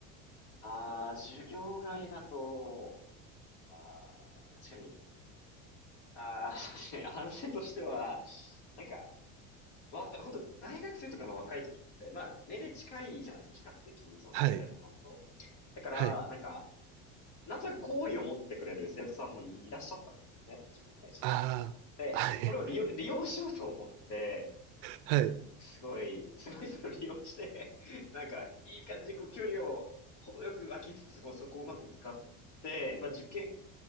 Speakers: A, on the left; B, on the right.
A: ああ、授業外だと、ああ、確かに、ああ、<laughs> そうですね、反省としては、なんか、わ、ほんと、大学生とかの若い時って、まあ、年齢近いじゃないですか、比較的、その生徒さんと。
B: はい。
A: だから、
B: はい。
A: なんか、なんとなく好意を持ってくれる生徒さんもいらっしゃったんですよね、自分に対して。
B: ああ、
A: で、
B: はい。
A: これを利用、利用しようと思って、
B: はい。
A: すごい、すごいそれを利用して、<laughs> なんか、いい感じにこう距離を程よく空きつつ、こうそこをうまく使って、まあ受験、